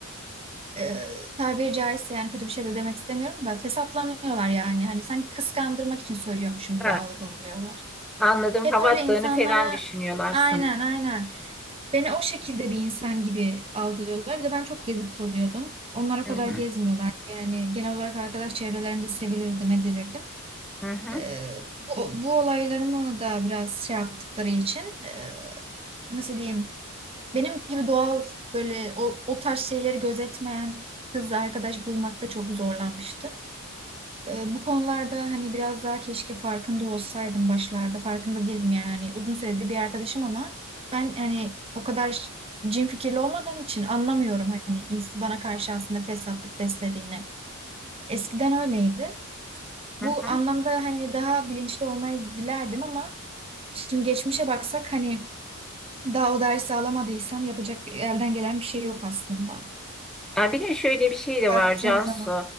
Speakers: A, on the right; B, in the centre.
A: Ee, tabiri caizse yani kötü bir şey de demek istemiyorum da fesatlanıyorlar yani. Hani sanki kıskandırmak için söylüyormuşum
B: Ha,
A: gibi algılıyorlar.
B: anladım.
A: Hep
B: Hava
A: öyle
B: attığını
A: insanlara
B: falan düşünüyorlar
A: aynen
B: sanırım.
A: aynen. Beni o şekilde bir insan gibi algılıyorlar. Bir de ben çok gezip tozuyordum. Onlara kadar
B: Hı hı.
A: gezmiyorlardı. Yani genel olarak arkadaş çevrelerinde sevilirdim, edilirdim.
B: Hı hı.
A: Ee, bu, bu olaylarımı da biraz şey yaptıkları için e, nasıl diyeyim? Benim gibi doğal böyle o, o tarz şeyleri gözetmeyen kız arkadaş bulmakta çok zorlanmıştım. Ee, Bu konularda hani biraz daha keşke farkında olsaydım başlarda. Farkında değildim yani hani uzun süredir bir arkadaşım ama ben hani o kadar cin fikirli olmadığım için anlamıyorum hani ins- bana karşı aslında fesatlık beslediğini. Eskiden öyleydi.
B: Hı
A: Bu
B: hı.
A: anlamda hani daha bilinçli olmayı dilerdim ama şimdi geçmişe baksak hani daha o dersi alamadıysam yapacak bir- elden gelen bir şey yok aslında.
B: Ya bir de şöyle bir şey de
A: Baktığım
B: var Cansu.
A: zaman.